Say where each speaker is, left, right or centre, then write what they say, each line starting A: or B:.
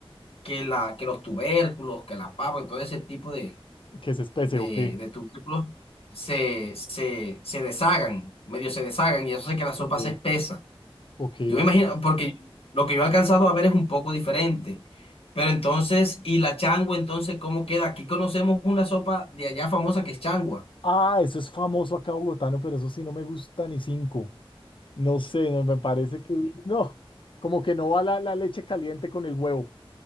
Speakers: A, on the left; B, on the left.
A: que, la, que los tubérculos, que la papa, y todo ese tipo de,
B: ¿Que es especie
A: de,
B: o qué?
A: de tubérculos se, se, se deshagan, medio se deshagan, y eso hace que la sopa
B: Ok,
A: se espesa.
B: ok,
A: Yo me
B: ok.
A: imagino, porque lo que yo he alcanzado a ver es un poco diferente. Pero entonces, ¿y la changua entonces cómo queda? Aquí conocemos una sopa de allá famosa que es changua.
B: Ah, eso es famoso acá bogotano, pero eso sí no me gusta ni cinco. No sé, no, me parece que no, como que no va la, la leche caliente con el huevo,